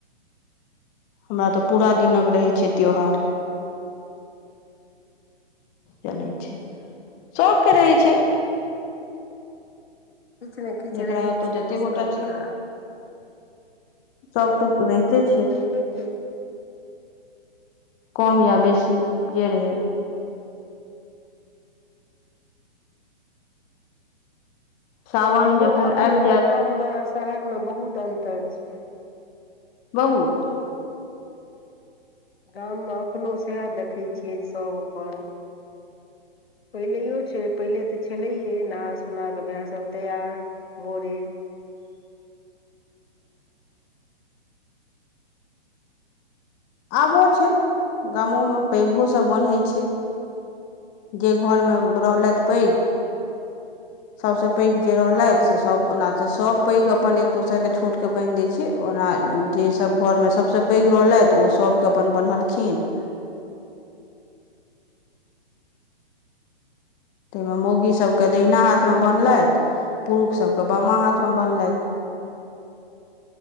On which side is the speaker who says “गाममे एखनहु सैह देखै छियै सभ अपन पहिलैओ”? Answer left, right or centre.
Left